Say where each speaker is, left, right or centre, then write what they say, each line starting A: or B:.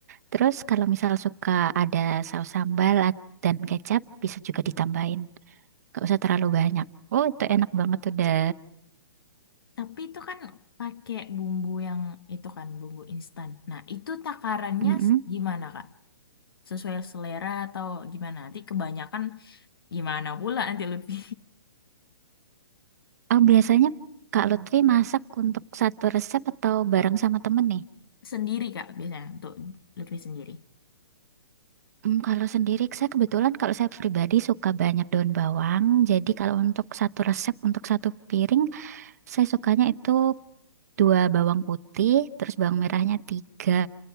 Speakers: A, on the right; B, on the left.
A: Terus kalau misal suka ada saus sambal at- dan kecap bisa juga ditambahin. Gak usah terlalu banyak. Oh, itu enak banget udah
B: Tapi itu kan pakai bumbu yang itu kan, bumbu instan. Nah, itu takarannya
A: Mm-mm.
B: s- gimana, Kak? Sesuai selera atau gimana? Nanti kebanyakan gimana pula nanti Lutfi
A: Oh, biasanya Kak Lutfi masak untuk satu resep atau bareng sama temen nih?
B: <laughs> sendiri, Kak, biasanya untuk Lutfi sendiri.
A: Hmm, kalau sendiri, saya kebetulan kalau saya pribadi suka banyak daun bawang. Jadi kalau untuk satu resep, untuk satu piring, saya sukanya itu dua bawang putih, terus bawang merahnya tiga,